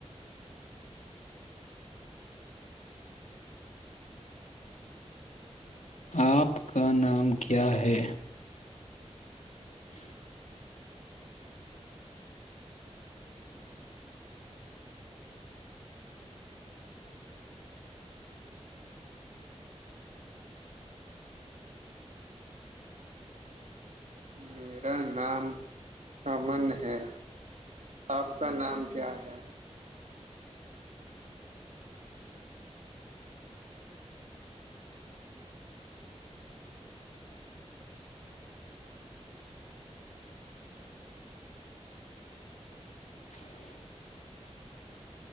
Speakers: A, on the left; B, on the right.
A: آپ کا نام کیا ہے <inaudible>
B: میرا نام امن ہے آپ کا نام کیا ہے
A: <inaudible>